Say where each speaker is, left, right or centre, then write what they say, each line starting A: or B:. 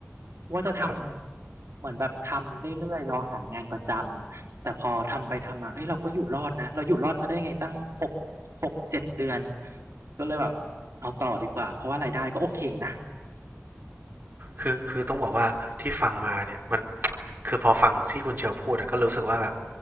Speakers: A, on the right; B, on the right.
A: ว่าจะทำเหมือนแบบทำเรื่อยๆรอหางานประจำแต่พอทำไปทำมาเฮ้ยเราก็อยู่รอดนะเราอยู่รอดมาได้ไงตั้งหก
B: ครับ
A: หกเจ็ดเดือนก็เลยแบบเอาต่อดีกว่าเพราะว่ารายได้ก็โอเคนะ
B: คือคือต้องบอกว่าที่ฟังมาเนี่ยมันคือพอฟังที่คุณเชลพูดก็รู้สึกว่าแบบ